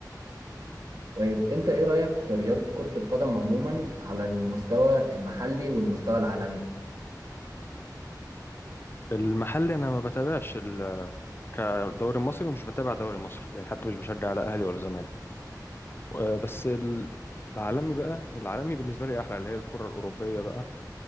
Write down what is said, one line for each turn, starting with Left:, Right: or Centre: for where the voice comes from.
Right: طيب انت ايه رأيك في رياضة كرة القدم عموما على المستوى المحلي والمستوى العالمي
Left: المحل انا ما بتابعش ال- كدوري المصري ومش بتابع دوري مصري يعني حتى مش بشجع لا اهلي ولا زمالك و- بس ال- العالمي بقى العالمي بالنسبة لي احلى اللي هي الكرة الاوروبية بقى